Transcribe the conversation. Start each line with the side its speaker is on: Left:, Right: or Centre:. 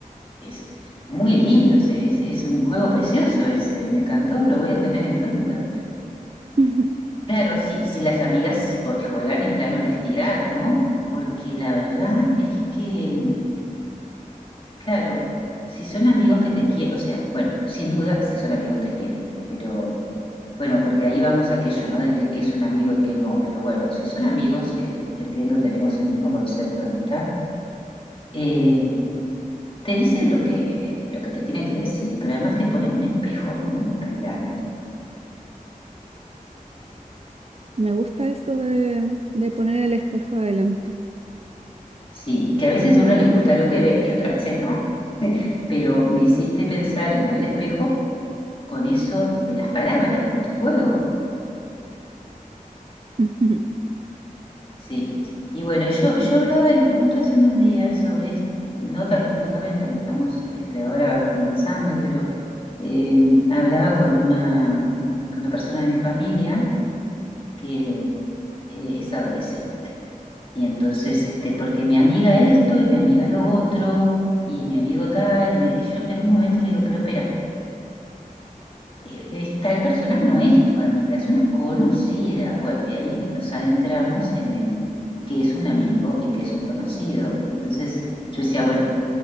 Left: Es muy lindo, ese- es, es un juego precioso ese, me encantó, lo voy a tener en cuenta.
Right: <laughs>
Left: Claro, si, si las amigas se po- juegan en plan honestidad, ¿no? Porque la verdad es que mm, Claro, si son amigos que te quieren, o sea, bueno, sin duda, si son amigos te quieren, pero bueno, porque ahí vamos a aquello, ¿no? De que, que es un amigo y que no, pero bueno, si son amigos que entiendo tenemos el mismo concepto de amistad, eh, te dicen lo que, lo que te tienen que decir, pero además te ponen un espejo, ¿no? Adelante.
Right: Me gusta eso de, de poner el espejo adelante.
Left: Sí, y que a veces uno le gusta lo que ve y otras veces no, pero me hiciste pensar en lo del espejo con eso de las palabras, con tu juego.
Right: <laughs>
Left: Sí. Y bueno, yo, yo hablaba el- justo hace unos días sobre, est- no tan profundamente como estamos este, ahora conversando, pero eh, hablaba con una, con una persona de mi familia que eh, es adolescente. Y entonces, este, porque mi amiga esto y mi amiga lo otro, y mi amigo tal, y, me- y yo en un momento le digo, pero espera, eh, es- tal persona no es tu amiga, es una conocida. Bueno, y ahí nos adentramos en el que es un amigo y que es un conocido. Entonces yo decía, Claro. bueno,